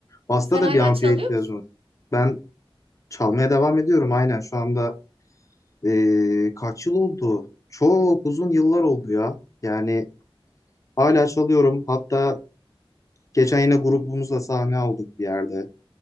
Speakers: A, on the left; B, on the right.
A: Basta
B: E, sen
A: da
B: hala
A: bir amfiye
B: çalıyor
A: ihtiyacın
B: musun?
A: olacak. Ben çalmaya devam ediyorum aynen şu anda. eee, kaç yıl oldu? Çok uzun yıllar oldu ya. Yani hala çalıyorum. Hatta Geçen yine grubumuzla sahne aldık bir yerde.